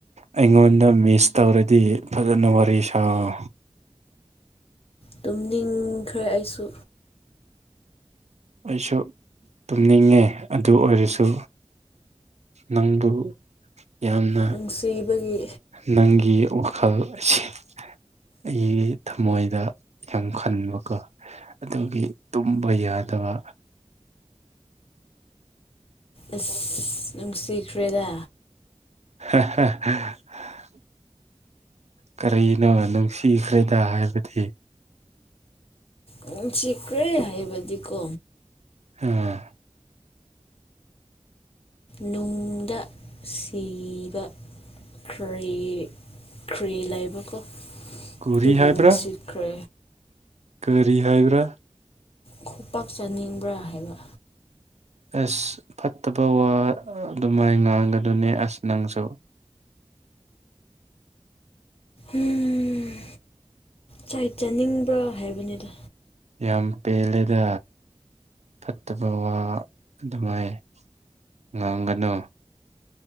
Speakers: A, on the right (about 80°); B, on the left (about 60°).
A: ꯑꯩꯉꯣꯟꯗ ꯃꯤꯁ ꯇꯧꯔꯗꯤ ꯐꯖꯅ ꯋꯥꯔꯤ ꯁꯥꯥꯎ
B: ꯇꯨꯝꯅꯤꯡꯈ꯭ꯔꯦ ꯑꯩꯁꯨ
A: ꯑꯩꯁꯨ ꯇꯨꯝꯅꯤꯡꯉꯦ ꯑꯗꯨ ꯑꯣꯏꯔꯁꯨ ꯅꯪꯕꯨ ꯌꯥꯝꯅ
B: ꯅꯨꯡꯁꯤꯕꯒꯤ
A: ꯅꯪꯒꯤ ꯋꯥꯈꯜ ꯑꯁꯤ ꯑꯩꯒꯤ ꯊꯃꯣꯏꯗ ꯌꯥꯝ ꯈꯟꯕꯀꯣ ꯑꯗꯨꯒꯤ ꯇꯨꯝꯕ ꯌꯥꯗꯕ
B: ꯑꯁ ꯅꯨꯡꯁꯤꯈ꯭ꯔꯦꯗ
A: <unintelligible> ꯀꯔꯤꯅꯣ ꯅꯨꯡꯁꯤꯈ꯭ꯔꯦꯗ ꯍꯥꯏꯕꯗꯤ
B: ꯅꯨꯡꯁꯤꯈ꯭ꯔꯦ ꯍꯥꯏꯕꯗꯤꯀꯣ
A: ꯑꯥ
B: ꯅꯨꯡꯗ ꯁꯤꯕ ꯈ꯭ꯔꯦ ꯈ꯭ꯔꯤ ꯂꯩꯕꯀꯣ
A: ꯀꯨꯔꯤ
B: ꯑꯗꯨꯒꯤ
A: ꯍꯥꯏꯕ꯭ꯔꯥ
B: ꯅꯨꯡꯁꯤꯈ꯭ꯔꯦ
A: ꯀꯔꯤ ꯍꯥꯏꯕ꯭ꯔꯥ
B: ꯈꯨꯄꯥꯛ ꯆꯥꯅꯤꯡꯕ꯭ꯔꯥ ꯍꯥꯏꯕ
A: ꯑꯁ ꯐꯠꯇꯕ ꯋꯥ ꯑꯗꯨꯃꯥꯏ ꯉꯥꯡꯒꯗꯨꯅꯦ ꯑꯁ ꯅꯪꯁꯨ
B: ꯎꯝ ꯆꯩ ꯆꯥꯅꯤꯡꯕ꯭ꯔꯣ ꯍꯥꯏꯕꯅꯤꯗ
A: ꯌꯥꯝ ꯄꯦꯜꯂꯦꯗ ꯐꯠꯇꯕ ꯋꯥ ꯑꯗꯨꯃꯥꯏ ꯉꯥꯡꯒꯅꯨ